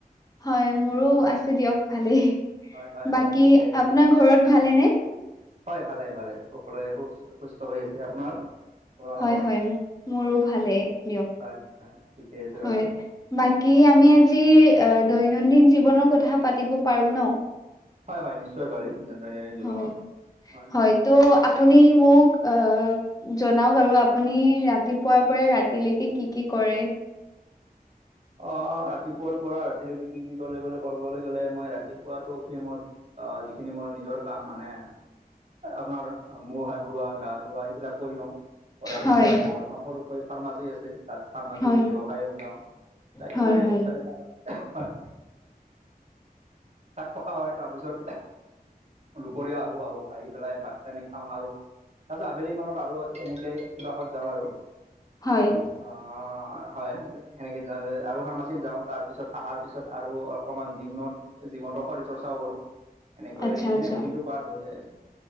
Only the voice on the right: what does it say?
হয় হয়
হয় ঠিকে আছে
হয়, ভালেই ভালেই সকলোৱে সুস্থ সুস্থ হৈ আছে। আপোনাৰ? আপোনালোকৰ
হয় হয় হয় ঠিকে আছে
বাৰু
হয়, হয়, নিশ্চয় পাৰি। দৈনন্দিন জীৱনৰ
হয়
হয়
অ', ৰাতিপুৱাৰ পৰা ৰাতিলৈকে কি কি কলে বো ক'বলৈ গ'লে মই ৰাতিপুৱাতো উঠি মোৰ অ', যিখিনি মোৰ নিজৰ কাম মানে আপোনাৰ মুখ হাত ধোৱা গা ধুৱাই সেইবিলাক কৰি লওঁ। কৰাৰ
পিছত মোৰ এখন সৰুকৈ ফাৰ্মাচী আছে, তাত ফাৰ্মাচী
ব্যৱসায়ত যাওঁ। যাই
পেলাই
তাতে থকা হয। তাত থকা হয়, তাৰ পিছত দুপৰীয়া আহো, আহো, আহি পেলাই ভাত পানী খাওঁ আৰু তাৰপিছত আবেলি মানত আৰু এনেকৈ কিবাহত যাওঁ আৰু।
অ', হয়, সেনেকে আৰু ফাৰ্মাচীত যাওঁ তাৰপিছত অহাৰ পিছত আৰু অকণমান জিমত জিমত শৰীৰ চৰ্চাও কৰো। সেনেকৈ
সেনেকৈৱে
দিনটো পাৰ হৈ যায় আছে